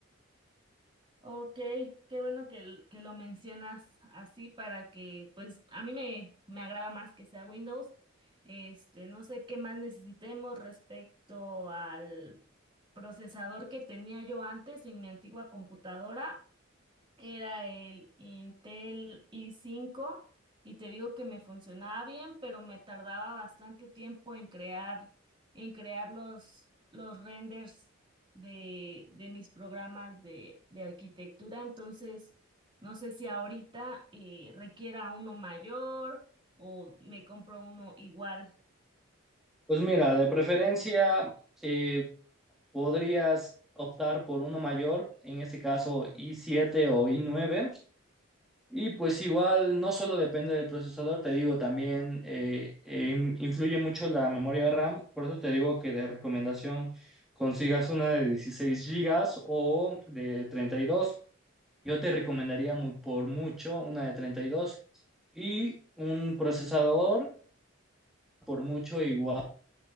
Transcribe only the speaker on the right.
Ok, qué bueno que, l- que lo mencionas así para que, pues a mí me, me agrada más que sea Windows. Este, no sé qué más necesitemos respecto al procesador que tenía yo antes en mi antigua computadora. Era el Intel i5 y te digo que me funcionaba bien, pero me tardaba bastante tiempo en crear, en crear los, los renders de, de mis programas de, de arquitectura. Entonces, no sé si ahorita eh, requiera uno mayor o me compro uno igual.